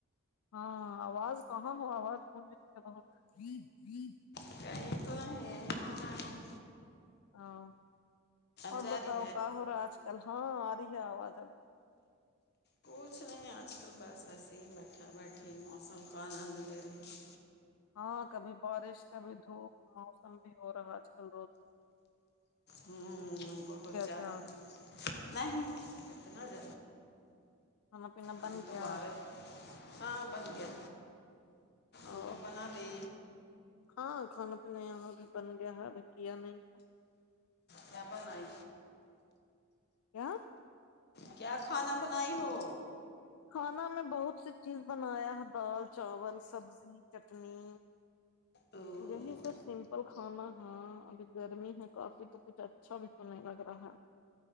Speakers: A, on the left; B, on the left.
A: ہاں آواز کہاں ہو آواز کون ج جی جی
B: <unintelligible> ہے
A: ہاں
B: اب
A: اور
B: جاری
A: بتاؤ کا ہو رہا ہے آج کل ہاں آ رہی ہے آواز اب
B: کچھ نہیں آج کل بس ایسے ہی بیٹھا بیٹھے موسم کا آنند لے رہے
A: ہاں کبھی بارش کبھی دھوپ موسم بھی ہو رہا ہے آج کل روزتے
B: ہمم <unintelligible>
A: کیا
B: نہیں کتنا ج
A: کھانا پینا بن
B: ابھی تو
A: گیا
B: باہارے ہاں بن گیا
A: او
B: ہمنے بنا لی
A: ہاں کھانا پینا یہ بھی بن گیا ہے ابھی کیا نہیں ہے
B: کیا بنائی
A: کیا
B: کیا کھانا بنائی ہو
A: کھانا میں بہت سی چیز بنایا ہے دال چاول سبزی چٹنی
B: <inaudible>
A: یہی سب سمپل کھانا ہے ابھی گرمی ہے کافی تو کچھ اچھا بھی تو نہیں لگ رہا ہے